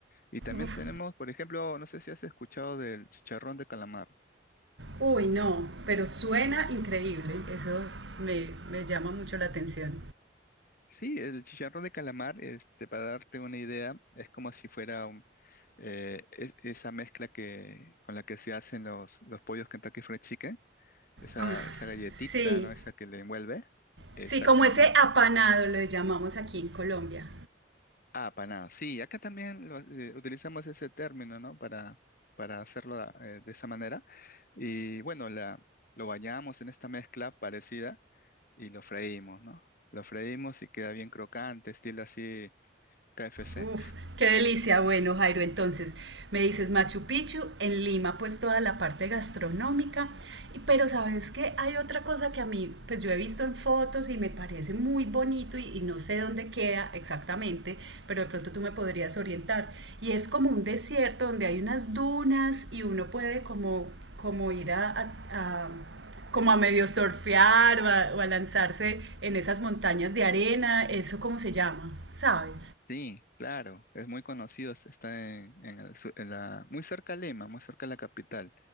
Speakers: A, on the left; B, on the right.
A: Y también
B: Uf,
A: tenemos, por ejemplo, no sé si has escuchado del chicharrón de calamar.
B: Uy, no, pero suena increíble. Eso me, me llama mucho la atención.
A: Sí, el chicharrón de calamar, este, para darte una idea, es como si fuera un- eh, es- esa mezcla que, con la que se hacen los, los pollos Kentucky Fried Chicken, esa,
B: Ah,
A: esa galletita,
B: sí,
A: ¿no? Esa que le envuelve. Exactamente.
B: sí, como ese apanado lo llamamos aquí en Colombia.
A: Ah, paná. Sí, acá también lo- eh, utilizamos ese término, ¿no? Para, para hacerlo ah, eh, de esa manera. Y bueno, la, lo bañamos en esta mezcla parecida y lo freímos, ¿no? Lo freímos y queda bien crocante, estilo así KFC.
B: Uf, qué delicia. Bueno, Jairo, entonces me dices Machu Picchu, en Lima pues toda la parte gastronómica, y- pero sabes que hay otra cosa que a mí pues yo he visto en fotos y me parece muy bonito y, y no sé dónde queda exactamente, pero de pronto tú me podrías orientar. Y es como un desierto donde hay unas dunas y uno puede como, como ir a, a- a- como a medio surfear o a, o a lanzarse en esas montañas de arena, eso cómo se llama, ¿sabes?
A: Sí, claro, es muy conocido, es- está en, en el su- en la, muy cerca a Lima, muy cerca a la capital.